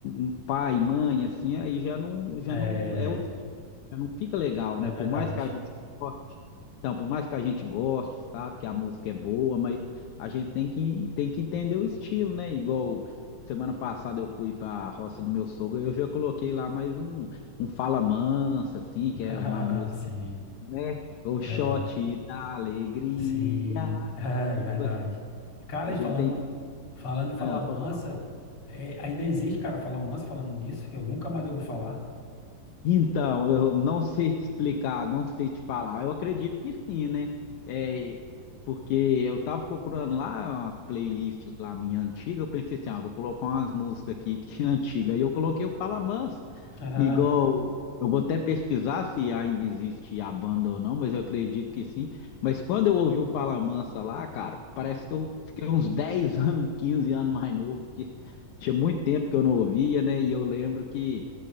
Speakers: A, on the left; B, on the left.
A: um pai, mãe, assim, aí já não, já
B: É,
A: não é já não fica legal,
B: é
A: né?
B: verdade.
A: Por mais que a gente
B: <laughs>
A: goste. Então, por mais que a gente goste, sabe, que a música é boa, mas a gente tem que, tem que entender o estilo, né? Igual semana passada eu fui para a roça do meu sogro, eu já coloquei lá mais um, um Fala Mansa, assim, que é
B: Ah,
A: uma música,
B: Sim,
A: né? Um shot
B: é,
A: da alegria.
B: sim, <laughs> é
A: Tipo,
B: verdade. Cara,
A: a
B: e
A: gente
B: falando,
A: tem que.
B: falando em Fala
A: Ah, pode
B: Mansa, é, ainda existe, cara, Fala Mansa falando nisso, que eu nunca mais ouvi falar. <laughs>
A: Então, eu não sei te explicar, não sei te falar. Eu acredito que sim, né? É, porque eu tava procurando lá umas playlists lá minha antiga, eu pensei assim, ah, vou colocar umas músicas aqui que é antiga. E eu coloquei o Fala Mansa,
B: Ah,
A: igual eu vou até pesquisar se ainda existe a banda ou não, mas eu acredito que sim. Mas quando eu ouvi o Fala Mansa lá, cara, parece que eu fiquei uns 10 <laughs> anos, 15 anos mais novo, porque tinha muito tempo que eu não ouvia, né? E eu lembro que